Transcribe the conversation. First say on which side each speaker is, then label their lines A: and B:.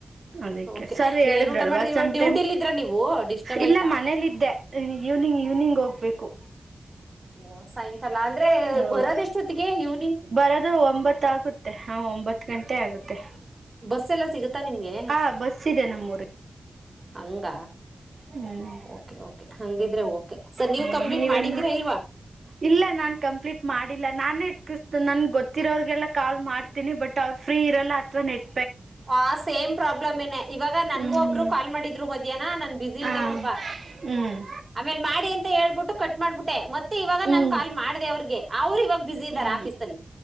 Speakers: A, on the right; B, on the right.
A: ಅದಕ್ಕೆ
B: ಓಕೆ
A: ಸರ್ ಹೇಳಿದ್ರಲ್ವಾ
B: ಏನ್ ಊಟ ಮಾಡಿದವಿ ಇವಾಗ
A: ಸಮ್ಟೈಮ್
B: ಡ್ಯೂಟಿಲ್ ಇದ್ರ ನೀವು ಡಿಸ್ಟರ್ಬ್
A: ಇಲ್ಲ
B: ಆಯ್ತಾ
A: ಮನೇಲಿದ್ದೆ ಈವ್ನಿಂಗ್ ಈವ್ನಿಂಗ್ ಹೋಗಬೇಕು
B: ಓ ಸಾಯಂಕಾಲ ಅಂದ್ರೆ
A: ಹೌದು
B: ಬರೋದ ಎಷ್ಟೊತ್ತಿಗೆ ಇವ್
A: ಬರೋದು ಒಂಬತ್ತ ಆಗುತ್ತೆ ಹಾ ಒಂಬತ್ತು ಗಂಟೆ ಆಗುತ್ತೆ
B: ಬಸ್ ಎಲ್ಲ ಸಿಗುತ್ತಾ ನಿಮ್ಗೆ
A: ಹ ಬಸ್ಸಿದೆ ನಮ್ಮೂರಿಗೆ
B: ಹಂಗ
A: ಹ್ಮ್
B: ಓಕೆ ಓಕೆ ಹಂಗಿದ್ರೆ ಓಕೆ ಸರ್ ನೀವ್
A: ಹ್ಮ್
B: ಕಂಪ್ಲೀಟ್
A: ನೀವೇನ್
B: ಮಾಡಿದೀರಾ
A: ಮಾಡ
B: ಇಲ್ವಾ
A: ಇಲ್ಲ ನಾನ್ ಕಂಪ್ಲೀಟ್ ಮಾಡಿಲ್ಲ ನಾನೇ ಕಿಸ ನನ್ ಗೊತ್ತಿರೋಗೆಲ್ಲಾ ಕಾಲ್ ಮಾಡ್ ಬಟ್ ಅವರ್ ಫ್ರೀ ಇರಲ್ಲ ಅಥವಾ ನೆಟ್ಟ
B: ಆ ಸೇಮ್ ಪ್ರಾಬ್ಲಮ್ ನೆ ಇವಾಗ ನನ್ಗೂ
A: ಹ್ಮ್
B: ಒಬ್ರು ಕಾಲ್ ಮಾಡಿದ್ರು ಮಧ್ಯಾಹ್ನ ನನ್ ಬ್ಯುಸಿ
A: ಹಾ
B: ಇದ್ದೆ ಪಾಪಾ
A: ಹ್ಮ್
B: ಆಮೇಲೆ ಮಾಡಿ ಅಂತ ಹೇಳ್ಬಿಟ್ಟು ಕಟ್ ಮಾಡ್ಬಿಟ್ಟೆ ಮತ್ತೆ ಇವಾಗ
A: ಹ್ಮ್
B: ನಾನ್ ಕಾಲ್ ಮಾಡಿದೆ ಅವ್ರಿಗೆ ಅವ್ರು ಇವಾಗ ಬ್ಯುಸಿ ಇದಾರೆ
A: ಹ್ಮ್
B: ಆಫೀಸ ಅಲ್ಲಿ